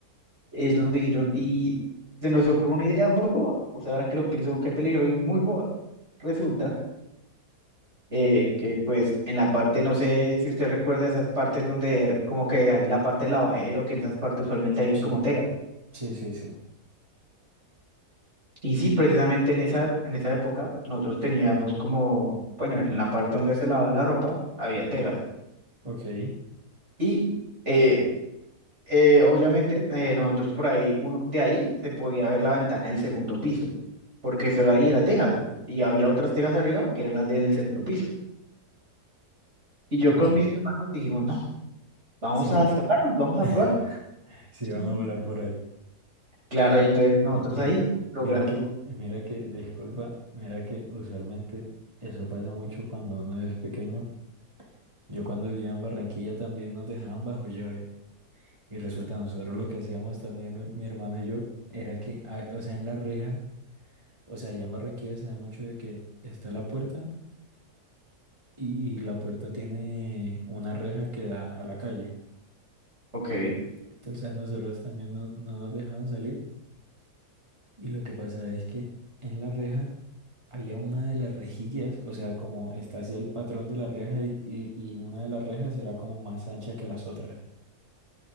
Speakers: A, on the right; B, on the right.
A: Ellos nos dijeron, y se nos ocurrió una idea muy boba. O sea, ahora que lo pienso, qué peligro y muy boba. Resulta eh, que, pues, en la parte, no sé si usted recuerda esas partes donde, como que hay la parte del lavadero, que en esas partes usualmente hay
B: Sí,
A: como tejas.
B: sí, sí, sí.
A: Y sí, precisamente en esa, en esa época, nosotros teníamos como, bueno, en la parte donde se lavaba la ropa, habían tejas.
B: Ok,
A: Y eh, Eh, obviamente, eh, nosotros por ahí, uno, de ahí se podía ver la ventana del segundo piso, porque solo ahí era teja y había otras tejas arriba que eran las del segundo piso. Y yo
B: ok,
A: con mis hermanos dijimos, no, vamos
B: se va.
A: a escaparnos, vamos
B: <laughs>
A: a probar.
B: Sí, van
A: <laughs>
B: a volar por ahí.
A: Claro, y entonces nosotros
B: Mi- Mire,
A: ahí logramos,
B: mira que, mira que, disculpa, mira que usualmente eso pasa mucho cuando uno es pequeño. Yo cuando vivía en Barranquilla también nos dejaban bajo llave. Y resulta, nosotros lo que hacíamos también, mi, mi hermano y yo, era que, a- o sea, en la reja, o sea, allá en Barranquilla se da mucho de que está la puerta y la puerta tiene una reja que da a la calle.
A: ok,
B: Entonces a nosotros también no, no nos dejaban salir. Y lo que pasa es que en la reja había una de las rejillas, o sea, como está así el patrón de la reja y, y- y una de las rejas era como más ancha que las otras.